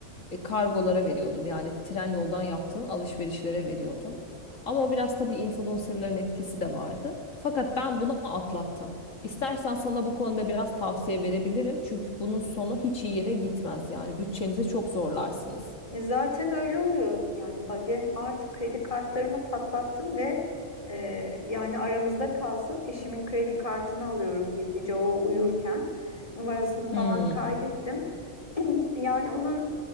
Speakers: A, on the left; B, on the left.
A: e, kargolara veriyordum. Yani tren yoldan yaptığım alışverişlere veriyordum. Ama o biraz tabii influencerların etkisi de vardı. Fakat ben bunu atlattım. İstersen sana bu konuda biraz tavsiye verebilirim. Çünkü bunun sonu hiç iyi yere gitmez yani. Bütçenizi çok zorlarsınız.
B: E zaten öyle oluyor. Yani ba- ben artık kredi kartlarımı patlattım ve e, yani aramızda kalsın eşimin kredi kartını alıyorum gizlice o uyurken. Numarasını falan
A: Hmm.
B: kaydettim. <clears throat> Yani onun